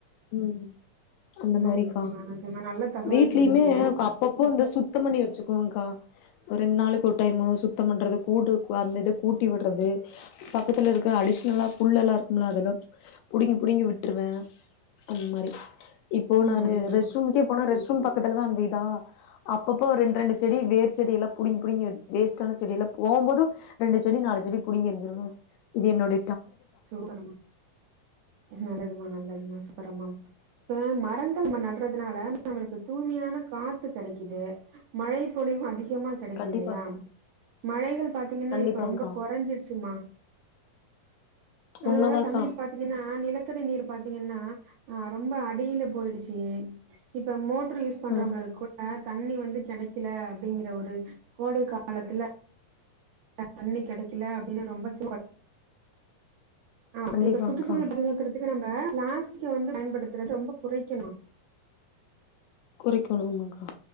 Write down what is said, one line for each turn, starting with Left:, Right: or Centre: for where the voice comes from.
Left: ம் அந்த
Right: நன்றிம்மா
Left: மாரிக்கா
Right: நன்றிம்மா நல்ல தகவல்
Left: வீட்லயுமே
Right: சொன்னீங்க
Left: அப்பப்போ அந்த சுத்தம் பண்ணி வெச்சுப் ஆக்கா ரெண் நாளுக்கு ஒரு டைமு சுத்தம் பண்றது கூட்டு க அந்த இத கூட்டி விட்றது பக்கத்துல இருக்குற அடிஷ்னலா புல் எல்லா இருக்கும்ல அதல்லா புடுங்கி புடுங்கி விட்ருவே அந்மாரி இப்போ
Right: ம்
Left: நானு
Right: நல்லதுமா
Left: ரெஸ்ட் ரூம்கே போன ரெஸ்ட் ரூம் பக்கத்துல தா அந்த இதா அப்பப்ப ரெண் ரெண்டு செடி வேர் செடியலா புடிங் புடுங்கி எடு வேஸ்டான செடியல்ல போம்போது ரெண்டு செடி நாலு செடி புடிங்கி எரிஞ்சிருவ இது என்னொட
Right: சூப்பருமா நல்லதுமா நல்லதுமா சூப் பரும்மா இப்ப மரங்கள் நம்ம நட்றதுனால நம்மளுக்கு தூய்மையான காத்து கெடைக்குது மழை பொழிவு அதி கமா கெடைக்குதில்லயா
Left: கண்டிப்பாக்கா
Right: மழைகள் பாத்தீங்கன்னா
Left: கண்டிப்பாங்க்கா
Right: இப்ப ரொம்ப கொறஞ்சுடுச்சும்மா அதுனால
Left: உண்மதாக்கா
Right: தண்ணீர் பாத்தீங்கன்னா நிலத்தடி நீர் பாத்தீங்கன்னா அ ரொம்ப அடியில போயிடுச்சு இப்ப மோ பர்வைஸ் பண்றவுங்க
Left: ம்
Right: அது <inaudible> தண்ணி வந்து கெடைக்கில அப்டிங்குற ஒரு கோடை காலத்துல தண்ணி கெடக்கில அப்டின்னு ரொம்ப <inaudible> ஆ
Left: கண்டிப்பாங்க்கா
Right: இப்ப சுற்றுசூழல் <unintelligible> நம் இப்ப பிளாஸ்டிக் வந்து பயன்படுத்துறது ரொம்ப குறைக்கணு
Left: குறைக்கணு ஆமாக்கா